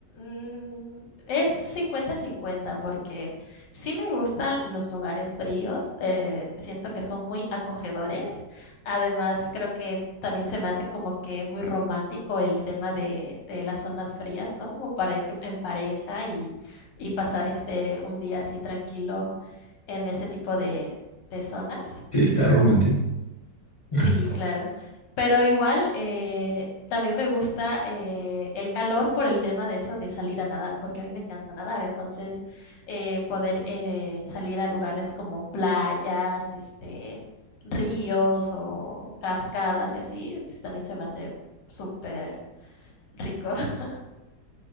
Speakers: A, on the left; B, on the left.
A: mm, es cincuenta-cincuenta porque sí me gustan los lugares fríos, eh, siento que son muy acogedores, además creo que también se me hace como que muy romántico el tema de, de las zonas frías, ¿no? Como para ir en pareja y, y pasar este un día así tranquilo en ese tipo de, de zonas.
B: Sí, está romántico. Ah,
A: Sí, claro. Pero igual eh, también me gusta eh, el calor por el tema de eso de salir a nadar, porque a mí me encanta nadar. Entonces, eh, poder eh, salir a lugares como playas, este, ríos o cascadas y así, es- también se me hace súper rico. <laughs>